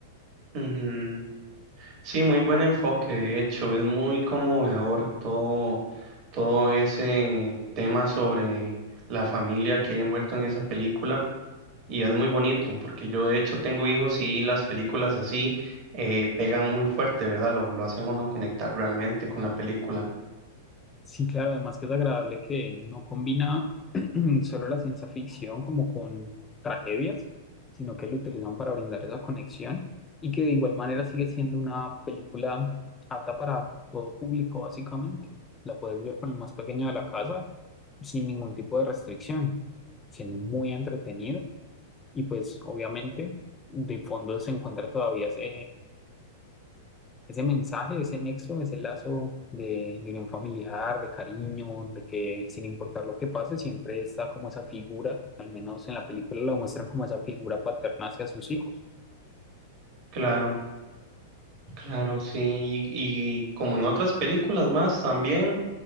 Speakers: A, on the right; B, on the left.
A: Ujú. Sí, muy buen enfoque, de hecho, es muy conmovedor todo, todo ese tema sobre la familia que hay envuelto en esa película. Y es muy bonito, porque yo de hecho tengo hijos y las películas así eh, pegan muy fuerte, ¿verdad? Lo, lo hacen uno conectar realmente con la película.
B: Sí, claro, además que es agradable que no combina <clears throat> solo la ciencia ficción como con tragedias, sino que lo utilizan para brindar esa conexión y que de igual manera sigue siendo una película apta para todo público, básicamente. La puedes ver con el más pequeño de la casa sin ningún tipo de restricción, siendo muy entretenido y pues obviamente de fondo se encuentra todavía ese ese mensaje, ese nexo, ese lazo de, de unión familiar, de cariño, de que sin importar lo que pase, siempre está como esa figura, al menos en la película la muestran como esa figura paterna hacia sus hijos.
A: Claro, claro, sí. Y, y como en otras películas más también,